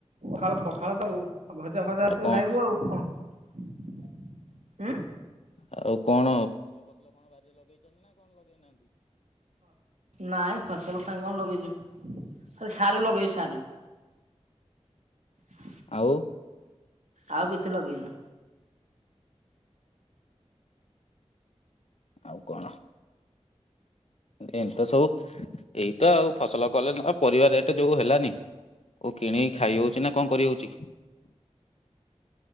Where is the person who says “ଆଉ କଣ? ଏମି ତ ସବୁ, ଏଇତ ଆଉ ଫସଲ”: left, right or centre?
Left